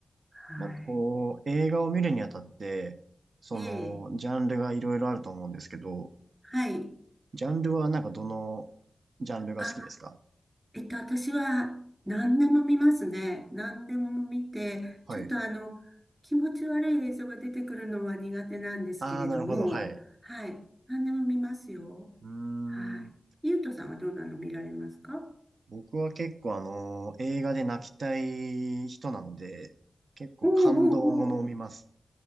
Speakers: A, on the right; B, on the right.
A: はい。
B: なんかこう、映画を見るにあたって、その、
A: ええ、
B: ジャンルがいろいろあると思うんですけど、
A: はい。
B: ジャンルはなんかどのジャンルが好きですか
A: あ、えっと、私は何でも見ますね。何でも見て、
B: はい。
A: ちょっとあの、気持ち悪い映像が出てくるのは苦手なんですけれども、
B: ああ、なるほど、はい。
A: はい。何でも見ますよ。
B: うーん。
A: はい。ゆうとさんはどんなの見られますか
B: 僕は結構あの、映画で泣きたい人なので、結構感動ものを見ます。
A: おうおうお